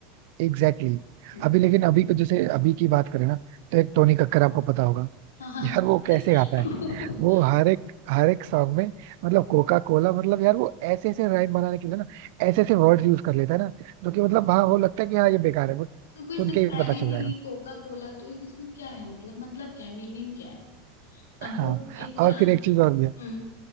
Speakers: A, on the right (about 60°); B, on the left (about 75°).
A: एग्जैक्टली exactly.
B: हम्म,
A: अभी लेकिन अभी को जैसे अभी की बात करें ना तो एक टोनी कक्कर आपको पता होगा
B: हाँ हाँ
A: यार वो कैसे गाता
B: <laughs>
A: है वो हर एक हर एक सॉन्ग में मतलब कोका कोला मतलब यार वो ऐसे ऐसे राइम बनाने के लिए ना ऐसे ऐसे वर्ड यूज कर लेता है ना जो कि मतलब हाँ वो लगता है कि हाँ ये बेकार है वो
B: उसका कोई
A: सुन
B: सिर
A: के ही
B: पैर
A: पता
B: ही
A: चल
B: नहीं
A: जाएगा
B: है कोका कोला तो इसमें क्या है मतलब मतलब क्या है मीनिंग क्या है अब
A: हाँ
B: वो एक पुराना
A: और फिर एक चीज और भी है
B: हम्म